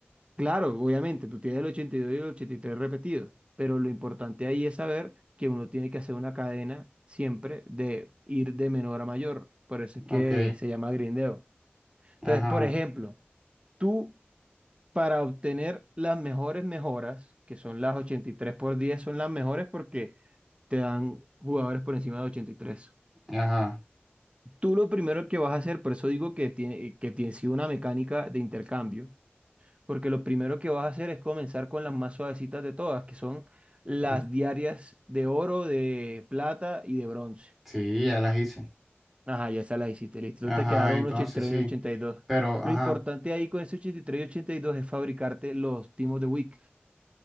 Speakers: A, on the right (about 30°); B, in the centre.
A: claro, obviamente, tú tienes el ochenta y dos y el 83 repetidos, pero lo importante ahí es saber que uno tiene que hacer una cadena siempre de ir de menor a mayor. Por eso es que
B: Ok,
A: se llama grindeo. Entonces,
B: ajá,
A: por ejemplo, tú para obtener las mejores mejoras, que son las 83 por 10, son las mejores porque te dan jugadores por encima de 83.
B: ajá.
A: Tú lo primero que vas a hacer, por eso digo que tiene, que tiene sido una mecánica de intercambio, porque lo primero que vas a hacer es comenzar con las más suavecitas de todas, que son las
B: Mm,
A: diarias de oro, de plata y de bronce.
B: Sí, ya las hice.
A: Ajá, ya esas las hiciste, listo.
B: Ajá,
A: Entonces te quedaron
B: entonces
A: un 83 y tres
B: sí.
A: y un 82.
B: Pero, ajá,
A: Lo importante ahí con ese 83 y 82 es fabricarte los timos de week